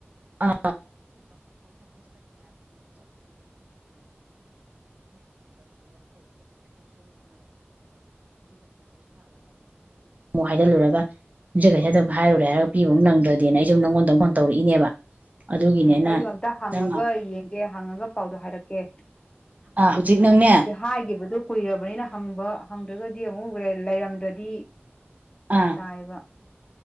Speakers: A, on the right (about 40°); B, on the left (about 20°).
A: ꯑ <unintelligible> ꯍꯥꯏꯖꯤꯜꯂꯨꯔꯒ ꯌꯨꯝꯖꯀꯩꯁꯗ ꯃꯨꯛ ꯍꯥꯏꯔꯨꯔꯦ ꯍꯥꯏꯔꯒ ꯄꯤꯕꯃꯨꯛ ꯅꯪꯗ꯭ꯔꯗꯤꯅ ꯑꯩꯁꯨ ꯅꯉꯣꯟꯗ ꯑꯃꯨꯛ ꯐꯣꯟ ꯇꯧꯔꯛꯏꯅꯦꯕ ꯑꯗꯨꯒꯤꯅꯦ
B: ꯎꯝ
A: ꯑꯩꯅ
B: ꯑꯩꯗꯣ ꯑꯝꯇ ꯍꯪꯉꯒ
A: ꯅꯪ
B: ꯌꯦꯡꯒꯦ ꯍꯪꯉꯒ ꯄꯥꯎꯗꯣ ꯍꯥꯏꯔꯛ ꯀꯦ
A: ꯑꯥ ꯍꯧꯖꯤꯛ ꯅꯪꯅꯦ
B: ꯍꯥꯏꯒꯤꯕꯗꯣ ꯀꯨꯏꯔꯕꯅꯤꯅ ꯍꯪꯕ ꯍꯪꯗ꯭ꯔꯒꯗꯤ ꯑꯃꯨꯛ ꯂꯩꯔꯝꯗ꯭ꯔꯗꯤ ꯐꯔꯛ
A: ꯑꯥ
B: ꯇꯥꯏꯕ